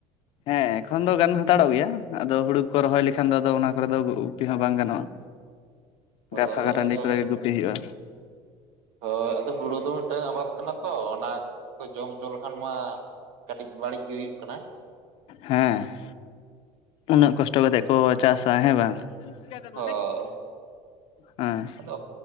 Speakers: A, on the left; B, on the right.
A: ᱦᱮᱸ ᱮᱠᱷᱚᱱ ᱫᱚ ᱜᱟᱱ ᱦᱟᱛᱟᱲᱚᱜ ᱜᱮᱭᱟ ᱟᱫᱚ ᱦᱩᱲᱩ ᱠᱚ ᱨᱚᱦᱚᱭ ᱞᱮᱠᱷᱟᱱ ᱫᱚ ᱚᱱᱟ ᱠᱚᱨᱮ ᱫᱚ ᱜᱩᱯᱤ ᱦᱚᱸ ᱵᱟᱝ ᱜᱟᱱᱚᱜᱼᱟ᱾
B: <unintelligible>
A: ᱜᱟ ᱯᱷᱟᱠᱟ ᱴᱟᱺᱰᱤ
B: ᱟᱫᱚ
A: ᱠᱚᱨᱮ ᱜᱮ ᱜᱩᱯᱤ ᱦᱩᱭᱩᱜᱼᱟ᱾
B: ᱦᱳᱭ ᱟᱫᱚ ᱦᱩᱲᱩ ᱫᱚ ᱢᱤᱫᱴᱟᱝ ᱟᱵᱟᱫ ᱠᱟᱱᱟ ᱛᱚ ᱚᱱᱟ ᱠᱚ ᱡᱚᱢ ᱦᱚᱪᱚ ᱞᱮᱠᱷᱟᱱ ᱢᱟ᱾ ᱠᱟᱹᱴᱤᱡ ᱵᱟᱹᱲᱤᱡ ᱜᱮ ᱦᱩᱭᱩᱜ ᱠᱟᱱᱟ᱾
A: ᱦᱮᱸ ᱩᱱᱟᱹᱜ ᱠᱚᱥᱴᱚ ᱠᱟᱛᱮᱜ ᱠᱚ ᱪᱟᱥᱟ ᱦᱮᱸ ᱵᱟᱝ᱾ <inaudible>
B: ᱦᱳᱭ
A: ᱦᱮᱸ
B: ᱟᱫᱚ